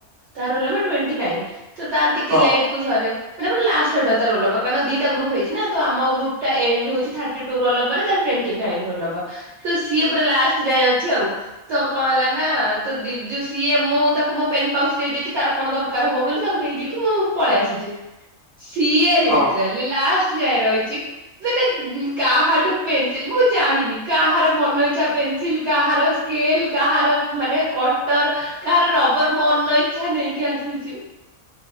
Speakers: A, on the right (about 60°); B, on the right (about 30°).
A: ତା ରୋଲ୍ ନମ୍ବର ଟ୍ଵେଣ୍ଟି ନାଇନ୍। ତ ତାର ଟିକେ
B: ହଁ
A: ଲେଟ୍
B: ହଁ
A: କୁ ସରେ। ମାନେ ପୁରା ଲାଷ୍ଟ ଆଡୁଆ ତା ରୋଲ୍ ନମ୍ବର କାରଣ ଦିଟା ଗ୍ରୁପ ହେଇଛି ନା ତ ଆମ ଗ୍ରୁପ ତା ଏଣ୍ଡ୍ ହୋଉଛି ଥାର୍ଟି ଟୁ ରୋଲ୍ ନମ୍ବର ତାର ଟ୍ଵେଣ୍ଟି ନାଇନ୍ ରୋଲ୍ ନମ୍ବର। ତ ସିଏ ପୁରା ଲାଷ୍ଟ ଯାଏ ଅଛି ଆଉ। ତ କଣ ହେଲା ନା, ତୋ ଦିଦୁ ସିଏ ମୁଁ ତାକୁ ମୋ ପେନ୍ ପାଉଛ୍ ଦେଇେଦେଇଛି ତାର କଣ ଦର୍ କାର ହବ ବୋଲି ତାକୁ ଦେଇ ଦେଇେଇକି ମୁଁ ପଳେଇ ଆସିଛି। ସିଏ ଲି
B: ହଁ।
A: କାଲି ଲାଷ୍ଟ ଯାଏ ରହିଛି। ସେ ନାଇ ଉଁ କାହାଠୁ ପେନ୍ସିଲ୍ ମୁଁ ଜାଣିନି କାହାର ମନ ଇଚ୍ଛା ପେନ୍ସିଲ୍ କାହାର ସ୍କେଲ୍ କାହାର ମାନେ କଟର, କାହାର ରବର, ମନ ଇଚ୍ଛା ନେଇକି ଆସିଚି।